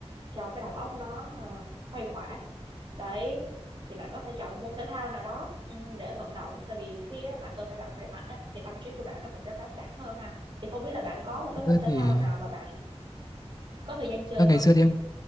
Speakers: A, on the right; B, on the left.
A: cho cái đầu óc nó ờ, khuây khỏa đấy thì bạn có thể chọn một môn thể thao nào đó ừm, để vận động tại vì khi á, mà cơ thể bạn khỏe mạnh á, thì tâm trí của bạn nó cũng sẽ thoáng đãng hơn ha thì không biết là bạn có một cái
B: thực
A: môn
B: ra
A: thể
B: thì
A: thao nào mà bạn có thời gian chơi
B: à, ngày
A: không
B: xưa thì em